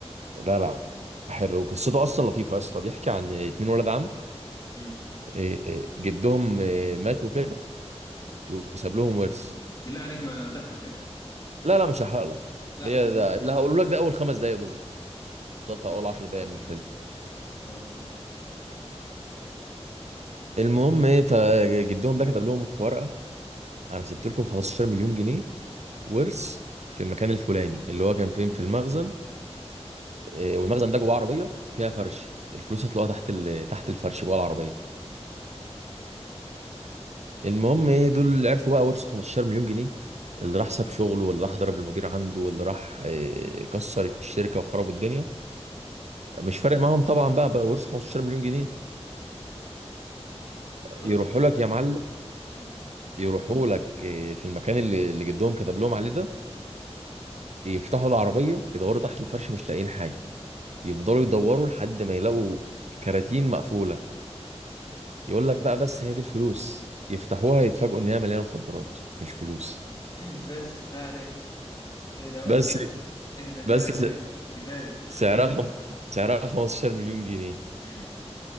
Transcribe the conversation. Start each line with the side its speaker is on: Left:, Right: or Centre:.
Right: لا لا حلو قصته اصلا لطيفه يا اسطى بيحكي عن اتنين ولد عم
Left: مم.
Right: آه، آه، جدهم آه، مات وكده وساب لهم ورث
Left: بالله عليك ما تحرق ايه
Right: لا لا مش هحرق لك
Left: لاحظ
Right: هي
Left: ان
Right: ده
Left: انا
Right: اللي
Left: لسه
Right: هقوله لك ده اول خمس دقايق بالظبط بالظبط اول 10 دقايق من الفيلم
Left: خلصان ماشي
Right: المهم ايه فجدهم ده كتب لهم في ورقه انا سبت لكم 15 مليون جنيه ورث في المكان الفلاني اللي هو كان فين في المخزن إيه، والمخزن ده جواه عربيه فيها فرش الفلوس هتلاقوها تحت ال... تحت الفرش جوه العربيه المهم ايه دول اللي عرفوا بقى ورثوا 15 مليون جنيه اللي راح ساب شغله واللي راح ضرب المدير عنده واللي راح إيه، كسر الشركه وخرب الدنيا مش فارق معاهم طبعا بقى بقى ورثوا 15 مليون جنيه
Left: اه
Right: يروحوا
Left: بالظبط
Right: لك يا معلم
Left: مم.
Right: يروحوا لك إيه، في المكان اللي اللي جدهم كتب لهم عليه ده يفتحوا العربية يدوروا تحت الفرش مش لاقيين حاجة يفضلوا يدوروا لحد ما يلاقوا كراتين مقفولة يقول لك بقى بس هي دي الفلوس يفتحوها يتفاجئوا ان هي مليانة مخدرات مش فلوس
Left: <laughs> بس كفايه عليك اهدى بقى
Right: بس
Left: أوي. اهدى كده
Right: بس <laughs>
Left: بقى، إيه.
Right: س-
Left: كفايه
Right: سعرها خم... سعرها 15 مليون جنيه
Left: مم.